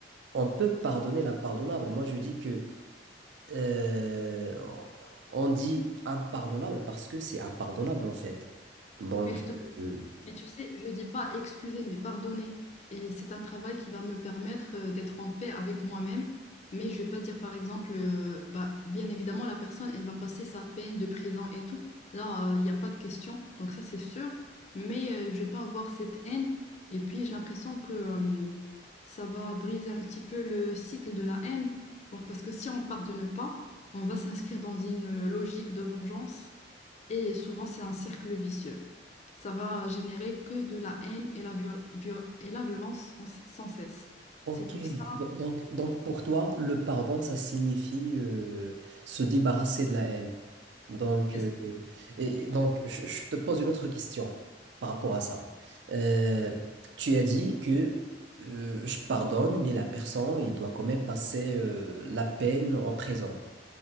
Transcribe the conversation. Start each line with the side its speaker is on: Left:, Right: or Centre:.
Right: on peut pardonner l'impardonnable. Moi, je dis que euh, on dit impardonnable parce que c'est impardonnable en fait. Donc,
Left: Mais je te
Right: euh,
Left: Mais tu sais, je dis pas excuser, mais pardonner. Et c'est un travail qui va me permettre euh, d'être en paix avec moi-même. Mais je vais pas dire, par exemple, euh, bah, bien évidemment, la personne, elle va passer sa peine de prison et tout. Là, euh, il n'y a pas de question. Donc ça, c'est sûr. Mais euh, je vais pas avoir cette haine. Et puis, j'ai l'impression que euh, ça va briser un petit peu le cycle de la haine. Donc, parce que si on pardonne pas, on va s'inscrire dans une euh, logique de vengeance. Et souvent, c'est un cercle vicieux ça va générer que de la haine et la, viol- viol- et la violence en- sans cesse.
Right: Ok,
Left: C'est pour ça,
Right: Do- donc, donc pour toi, le pardon, ça signifie euh, se débarrasser de la haine. Donc,
Left: c'est-
Right: euh, et donc je, je te pose une autre question par rapport à ça. Euh, tu as dit que euh, je pardonne, mais la personne, il doit quand même passer euh, la peine en prison.